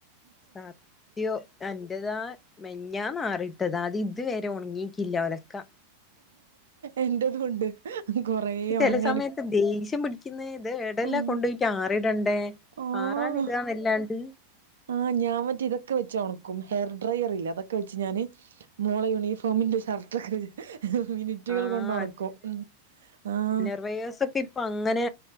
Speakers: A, on the left (about 20°); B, on the right (about 65°).
A: സത്യോം എന്റതാ മെഞ്ഞാന്ന് ആറിട്ടതാ അത് ഇതുവരെ ഒണങ്ങീക്കില്ല ഒലക്ക
B: എന്റതുണ്ട് കൊറേ
A: ചില
B: ഒണങ്ങാന്
A: സമയത്ത് ദേഷ്യം പിടിക്ക്ന്നെ ഇത് ഏടെല്ലാം
B: ആഹ്
A: കൊണ്ട് പോയിട്ട് ആറിടണ്ടേ
B: ആഹ്
A: ആറാൻ ഇടാൻ വല്ലാണ്ട്
B: ആഹ് ഞാൻ മറ്റേ ഇതൊക്കെ വെച്ചു ഉണക്കും ഹെയർ ഡ്രയർ ഇല്ലേ അതൊക്കെ വെച്ച് ഞാന് മോള യൂണിഫോമിന്റെ ഷർട്ടൊക്കെ മിനിറ്റുകൾ
A: ആഹ്
B: കൊണ്ട് ഉണക്കും ആഹ്
A: <unintelligible> പ്പ അങ്ങനെ